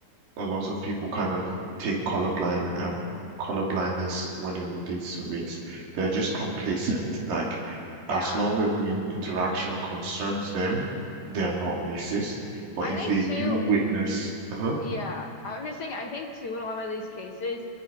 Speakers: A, on the right; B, on the left.
A: a lot of people kind of take colorblind um colorblindness when it relates to race. They're just complacent. Like
B: Yeah,
A: as long as the in- interaction concerns them, they're not racist. But
B: I
A: if
B: think
A: they
B: too.
A: do witness, uh-huh,
B: Yeah, I was just saying, I think too, in a lot of these cases,